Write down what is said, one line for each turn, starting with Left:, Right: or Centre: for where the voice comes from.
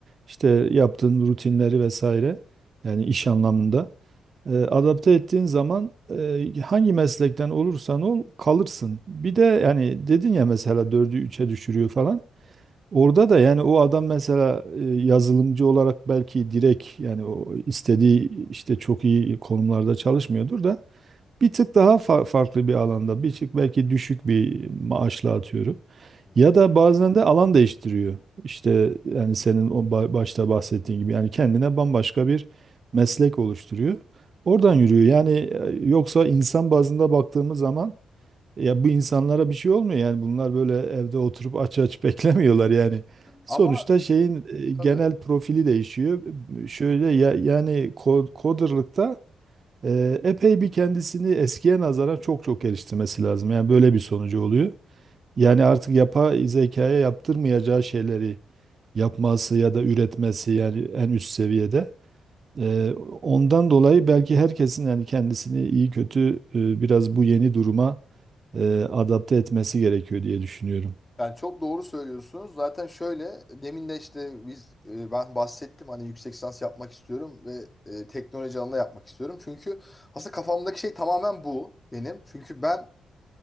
Right: işte yaptığın rutinleri vesaire yani iş anlamında e, adapte ettiğin zaman e, hangi meslekten olursan ol kalırsın. Bir de yani dedin ya mesela dördü üçe düşürüyor falan. Orada da yani o adam mesela e, yazılımcı olarak belki direkt yani o istediği işte çok iyi konumlarda çalışmıyordur da bir tık daha fa- farklı bir alanda bir tık belki düşük bir maaşla atıyorum.
Left: Hı hı.
Right: Ya da bazen de alan değiştiriyor. İşte yani senin o ba- başta bahsettiğin gibi yani kendine bambaşka bir meslek oluşturuyor. Oradan yürüyor. Yani e, yoksa insan bazında baktığımız zaman ya bu insanlara bir şey olmuyor yani bunlar böyle evde oturup aç aç beklemiyorlar yani. Sonuçta
Left: Ama
Right: şeyin e,
Left: tabii
Right: genel profili değişiyor. Şöyle ya, yani ko- coderlıkta e, epey bir kendisini eskiye nazaran çok çok geliştirmesi lazım. Yani böyle bir sonucu oluyor. Yani artık yapay zekaya yaptırmayacağı şeyleri yapması ya da üretmesi yani en üst seviyede. E, ondan dolayı belki herkesin yani kendisini iyi kötü e, biraz bu yeni duruma e, adapte etmesi gerekiyor diye düşünüyorum.
Left: yani çok doğru söylüyorsunuz. Zaten şöyle demin de işte biz e, ben bahsettim hani yüksek lisans yapmak istiyorum ve e, teknoloji alanında yapmak istiyorum. Çünkü aslında kafamdaki şey tamamen bu benim. Çünkü ben